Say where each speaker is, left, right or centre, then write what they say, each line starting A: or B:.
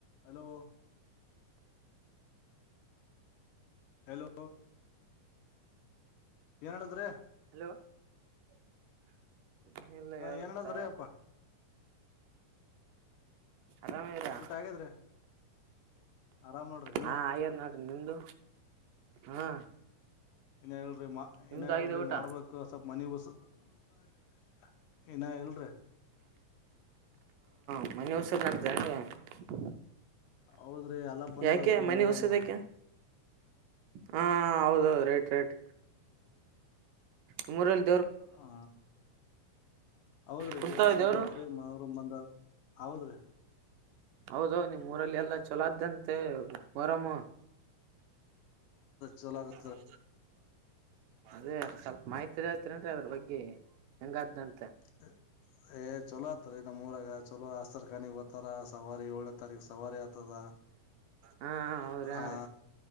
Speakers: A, on the left (about 75°); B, on the right (about 80°).
A: Hello hello ಏನ್ ಹೇಳದ್ರಿ
B: <unintelligible>
A: ಹಾ
B: ಹೇಳ್ಬೇಕ
A: ಏನಡದ್ರೀ ಅಪ್ಪಾ
B: ಆರಾಮ ಇದರಾ
A: ಊಟ ಆಗ್ಯದ್ರಿ ಆರಾಮ್ ನೋಡ್ರಿ ನೀವು
B: ಹಾ ಆಯದನಾಟ ನಿಮ್ದು ಹಾ
A: ಇನ್ನ
B: ನಿಮ್ದು
A: ಏನ ಹೇಳ್ರಿ
B: ಆಗಿದೆ ಊಟ
A: ಮಾಡ್ಬೇಕು ಸ್ವಪ ಮನ <unintelligible> ಏನ ಇಲ್ರಿ
B: <unintelligible>
A: ಹೌದು <inaudible> ಹೌದ್ರಿ ಅಲ್ಲ ಬಂದದಲ್ರರಿ
B: ಯಾಕೆ ಮನಿ
A: ಮೊರಾಮ
B: ಉಸದಕ್ಕೆ ಹಾ ಹಾ ಹೌದೌದು ರೈಟ್ ರೈಟ್ ಹ್ಮ್ರಲ್ಲಿ
A: ಹಾ ಹೌದ್ರೀ
B: ಕುಂತಾವ
A: ದೇವ್ರ ಕುಂತ
B: ದೇವ್ರು
A: ಹೇಳಲ್ರಿ ಮನ್ರ ಬಂದ ಹೌದ್ರೀ
B: ಹೌದು ನಿಮ್ ಊರಲ್ಲಿ ಎಲ್ಲಾ ಚಲೋದ್ದಂತ ಮತ್ತೆ ಮೂರಮ
A: ಚಲಾಗ
B: ಹೌ ಅದೇ ಸ್ವಲ್ಪ ಮಾಹಿತ್ರಿ ಹೇಳತ್ರೇನ್ ಅದ್ರ ಬಗ್ಗೆ ಹೆಂಗಾದ್ದಂತೆ
A: ಹ್ಮ ಸ ಎ ಚಲೋ ಆತರ ಇನ್ನು ಮೂರಾಗ ಚಲೋ ಆಸ್ರ್ ಖಾನಗ್ ಬತಾರ ಸವಾರಿ ಏಳನೇ ತಾರೀಕ ಸವಾರಿ ಆತದ
B: ಹಾ ಹೌದ್ರಿ ಹಾ
A: ಆ
B: ರೀ